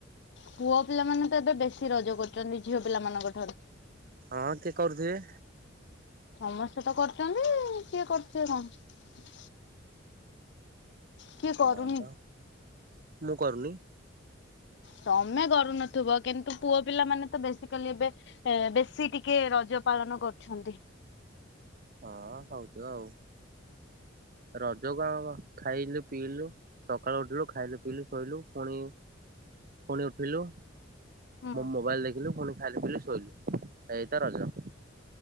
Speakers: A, on the left; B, on the right.
A: ପୁଅ ପିଲାମାନେ ତ ଏବେ ବେଶି ରଜ କରୁଛନ୍ତି ଝିଅ ପିଲାମାନାନଙ୍କ ଠାରୁ।
B: ହଁ କିଏ କରୁଥିବେ।
A: ସମସ୍ତେ ତ କରୁଛନ୍ତି କିଏ କରୁଥିବେ କଣ। କିଏ କରୁନି।
B: ହଁ ମୁଁ କରୁନି।
A: ତମେ କରୁନଥିବ କିନ୍ତୁ ପୁଅ ପିଲା ମାନେ ତ ବେସିକାଲି ଏବେ ବେଶୀ ଟିକେ ରଜ ପାଳନ କରୁଛନ୍ତି।
B: ହଁ ହଉଥିବ ଆଉ। ରଜ କଣ ଖାଇଲୁ ପିଇଲୁ ସକାଳୁ ଉଠିଲୁ ଖାଇଲୁ ପିଇଲୁ ଶୋଇଲୁ ପୁଣି ପୁଣି ଉଠିଲୁ
A: ହୁଁ
B: ମୋବାଇଲ ଦେଖିଲୁ ପୁଣି ଖାଇଲି ପିଲି ଶୋଇଲୁ ଏଇତ ରଜ।